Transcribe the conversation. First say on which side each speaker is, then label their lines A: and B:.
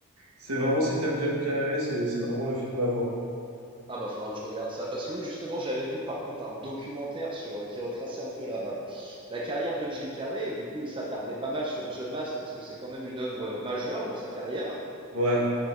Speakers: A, on the right (about 75°); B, on the right (about 25°).
A: c'est vraiment si t'aimes Jim Carrey, c'est, c'est vraiment le film à voir.
B: Ah bah faudra que je regarde ça parce que oui justement j'avais vu par contre un documentaire sur euh, qui retraçait un peu la, la carrière de Jim Carrey et du coup il s'attardait pas mal sur The Mask parce que c'est quand même une œuvre majeure dans sa carrière
A: Ouais.